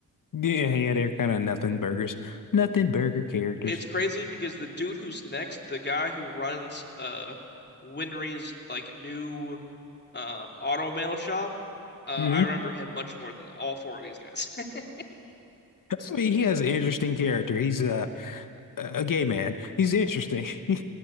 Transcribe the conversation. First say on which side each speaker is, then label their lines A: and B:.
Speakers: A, on the left; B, on the left.
A: Yeah, yeah, they're kind of nothing burgers, nothing burger characters.
B: It's crazy because the dude who's next, the guy who runs uh Winry's like new um auto mail shop, uh,
A: hmm
B: I remember
A: <laughs>
B: him much more than all four of these guys. <laughs>
A: I mean, he has an interesting character. He's a a gay man. He's interesting. <laughs>